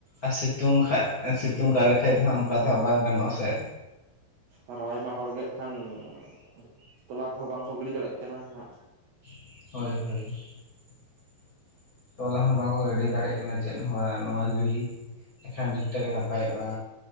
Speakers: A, on the left; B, on the right.
A: ᱟᱨ ᱥᱤᱛᱩᱝ ᱠᱷᱟᱡ ᱥᱤᱛᱩᱝ ᱜᱟᱠ ᱞᱮᱠᱷᱟᱡ ᱫᱚ ᱚᱱᱠᱟ ᱫᱚ ᱦᱟᱸᱜ ᱵᱟᱝ ᱜᱟᱱᱚᱜᱼᱟ ᱥᱮ?
B: ᱟᱨᱚ ᱟᱭᱢᱟ ᱦᱚᱲ ᱜᱮ ᱦᱟᱸᱜ ᱠᱷᱟᱱ ᱛᱚᱞᱟ ᱠᱚᱦᱚᱸ ᱵᱟᱝᱠᱚ ᱜᱤᱰᱤ ᱫᱟᱲᱭᱟᱜ ᱠᱟᱱᱟ ᱦᱟᱸᱜ᱾
A: <unintelligible> ᱛᱚᱞᱟ ᱦᱚᱸ ᱵᱟᱠᱚ ᱮᱰᱤ ᱫᱟᱲᱮᱭᱟᱜ ᱠᱟᱱᱟ ᱪᱮᱫ ᱦᱚᱸ ᱱᱚᱣᱟ ᱜᱤᱲᱤᱼᱼ ᱮᱠᱷᱟᱱ ᱟᱹᱰᱤᱴᱟᱜ ᱜᱮ ᱱᱟᱯᱟᱭᱚᱜᱼᱟ